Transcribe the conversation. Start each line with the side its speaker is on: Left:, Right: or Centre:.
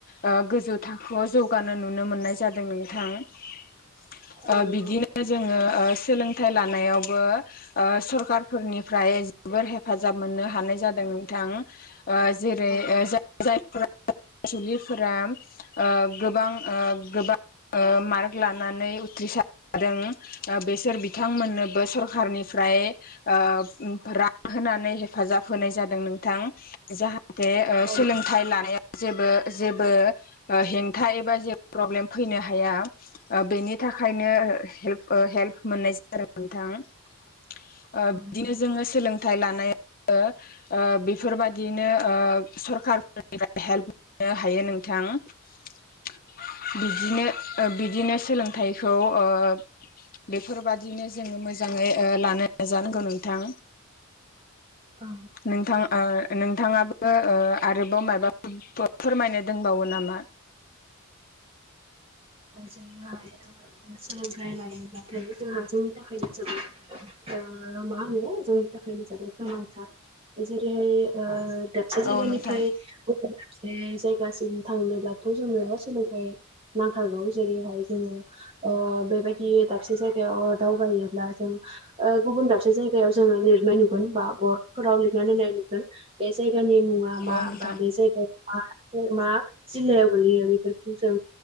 Left: ओ गोजौ थाखोआव जौग गानो नुनो मोननाय जादों नोंथां ओ
Right: औ नंगौ
Left: बिदिनो जोङो ओ सोलोंथाइ लानायावबो ओ सरखारफोरनिफ्राय जोबोर हेफाजाब मोननो हानाय जादों। नोंथां ओ जेरै
Right: औ
Left: ओ जाय जायफोरा फरायसुलिफोरा ओ गोबां ओ गोबां ओ मार्क लानानै उथ्रिसारदों बेसोर बिथांमोननोबो सरखारनिफ्राय ओ उम रां होनानै हेफाजाब होनाय जादों नोंथां जाहाथे ओ
Right: औ
Left: सोलोंथाइ लानायाव जेबो जेबो ओ हेंथा एबा जे प्रब्लेम फैनो हाया बेनि थाखायनो हेल्प ओ हेल्प मोननाय जादों नोंथां। ओ बिदिनो
Right: नंगौ
Left: जोङो सोलोंथाइ लानायाव ओ ओ बेफोरबादिनो ओ सरखारफोरनिफ्राय हेल्प मोननो हायो नोंथां। नोंथां। बिदिनो ओ बिदिनो सोलोंथाइखौ ओ बेफोरबादिनो जोङो मोजाङै ओ लानो नाजानांगौ नोंथां।
Right: औ
Left: नोंथां ओ नोंथाङाबो बो ओ आरोबाव माबा फोरमायनो दोंबावो नामा?
Right: जेरैहा जङो सोलोंथाइ लायोब्लाथायबो जोंहा जोंनि थाखायनो जोबोद ओ मा होनो जोंनि थाखायनो जोबोद गोनांथार जेरैहाय दाबसे जायगानिफ्राय
Left: औ नोंथां
Right: गुबुन दाबसे जायगासिम थांनोब्लाथ' जोङो सोलोंथाइ नांथारगौ जेरैहाय जोङो ओ बेबायदि दाबसे जायगायाव दावबायोब्ला गुबुन दाबसे जायगायाव जोङो लिरनाय नुगोन बा बरद फोराव लिरना दोननाय नुगोन बे ज जायगानि मुंआ
Left: औ
Right: मा
Left: नोंथां
Right: बा बे जायगायाव मा मा जिल्लायाव गोलैयो बेफोरखौ जों